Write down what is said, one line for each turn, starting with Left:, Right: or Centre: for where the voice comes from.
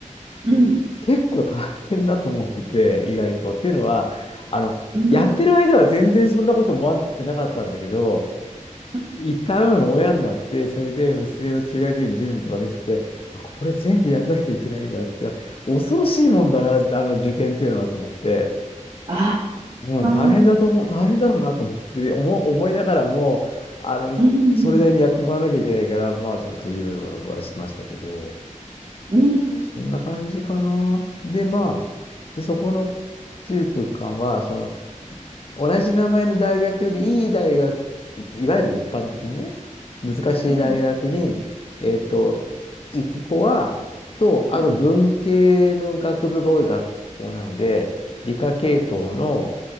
Right: うんうん
Left: 結構大変だと思ってて、意外と。っていうのは、あの、
Right: うん
Left: やってる間は全然そんなこと思ってなかったんだけど、
Right: うん
Left: 一旦親になって、それで娘の中学受験の準備とか見せて、あ、これ全部やんなきゃいけないんだって、恐ろしいもんだな、あの受験っていうのはと思って、
Right: あ
Left: うん、大変だと思う、
Right: あー
Left: 大変だろうなと思って、思、思いながらも、あの、
Right: うん
Left: それなりにやってもらわなきゃいけないから、まあちょっといろいろお話ししましたけど、
Right: うんうんうん
Left: そんな感じかな。で、まあ、で、そこの中高一貫は、その、同じ名前の大学よりいい大学、いいわゆる一般的にね、難しい大学に、
Right: うんうん
Left: えっと、行く子は、と、あと文系の学部が多い学校なので、
Right: うん
Left: 理科系統の